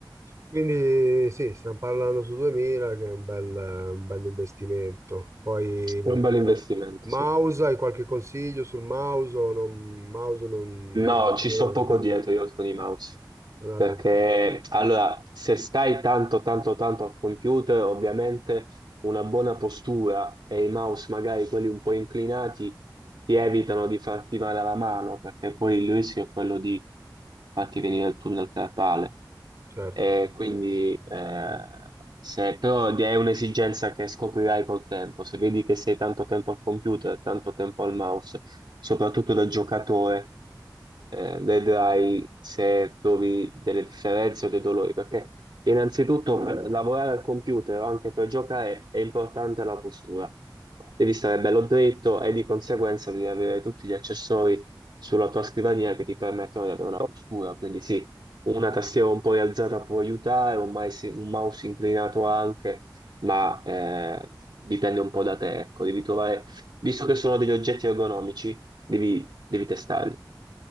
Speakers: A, on the right; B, on the right.
A: Quindi sì, stiamo parlando su 2000, che è un bel, un bel investimento. Poi
B: È un bel investimento,
A: mouse,
B: sì.
A: hai qualche consiglio sul mouse? o non- mouse non,
B: No, ci
A: non
B: sto
A: hanno,
B: poco dietro io con i mouse.
A: non ha
B: Perché
A: tanto,
B: allora, se stai tanto, tanto, tanto al computer, ovviamente una buona postura e i mouse magari quelli un po' inclinati ti evitano di farti male alla mano, perché poi il rischio è quello di farti venire il tunnel carpale.
A: certo.
B: E quindi, eh, se però è un'esigenza che scoprirai col tempo, se vedi che sei tanto tempo al computer, tanto tempo al mouse, soprattutto da giocatore, eh, vedrai se trovi delle differenze o dei dolori, perché Innanzitutto, per lavorare al computer o anche per giocare è importante la postura. Devi stare bello dritto e di conseguenza devi avere tutti gli accessori sulla tua scrivania che ti permettono di avere una postura. Quindi sì, una tastiera un po' rialzata può aiutare, un mouse, un mouse inclinato anche, ma eh, dipende un po' da te. Ecco, devi trovare, visto che sono degli oggetti ergonomici, devi, devi testarli.